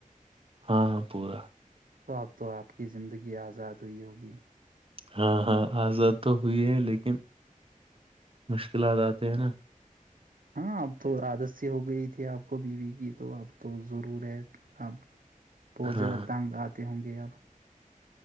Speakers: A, on the right; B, on the right.
A: ہاںاں پورا <inaudible>
B: تو اب تو آپ کی زندگی آزاد ہوئی ہوگی
A: ہاں ہاں آزاد تو ہوئی ہے لیکن مشکلات آتے ہیں نا
B: ہاں اب تو عادت سی ہو گئی تھی آپ کو بیوی کی تو اپ تو ضرور ہے اب بہت
A: ہاں
B: زیادہ تنگ آتے ہوں گے اب